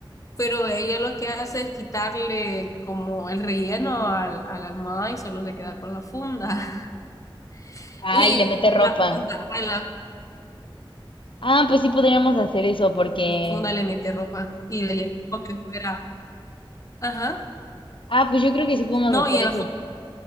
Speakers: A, on the left; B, on the left.
A: Pero ella lo que hace es quitarle como el relleno al, a la almohada y solo se queda con la funda. <laughs> Y
B: ay, le mete
A: de
B: ropa.
A: la funda, a la
B: Ah, pues sí podríamos hacer eso porque,
A: funda le mete ropa y le lleva como que fuera. Ajá.
B: ah, pues yo creo que sí podemos
A: No,
B: hacer
A: y en
B: eso.
A: la funda.